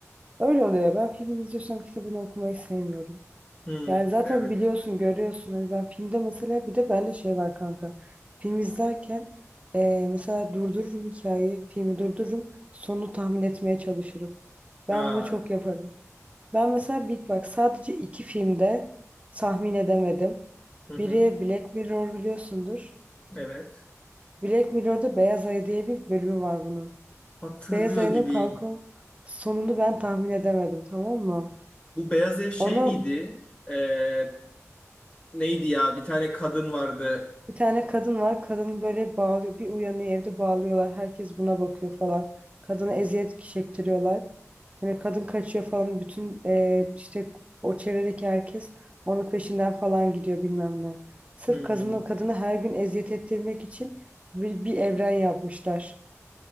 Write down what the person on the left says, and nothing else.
Hmm,
işte
evet.
Aa,
hı
hı,
evet.
Hatırlıyor
gibiyim.
Bu beyaz ev şey
miydi? Ee, neydi ya? Bir tane kadın vardı.
Hmm,